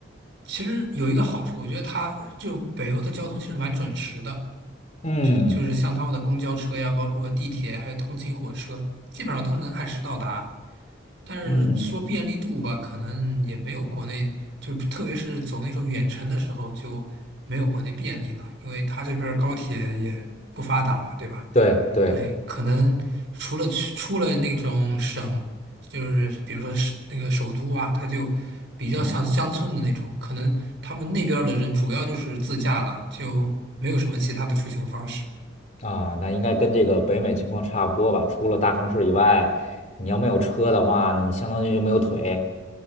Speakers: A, on the right (about 70°); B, on the left (about 35°).
A: 其实有一个好处，我觉得它就北欧的交通其实蛮准时的。
B: 嗯
A: 就就是像他们的公交车呀，包括地铁，还有通勤火车，基本上都能按时到达。但是说便利度吧，
B: 嗯嗯，
A: 可能也没有国内，就是特别是走那种远程的时候就没有国内便利了，因为他这边儿高铁也不发达嘛，对吧？
B: 对对，
A: 对，可能除了去出了那种省，就是比如说是那个首都啊，它就比较像乡村的那种，
B: 嗯
A: 可能他们那边儿的人主要就是自驾了，就没有什么其他的出行方式。
B: 啊，那应该跟这个北美情况差不多吧，除了大城市以外，你要没有车的话，那你相当于就没有腿。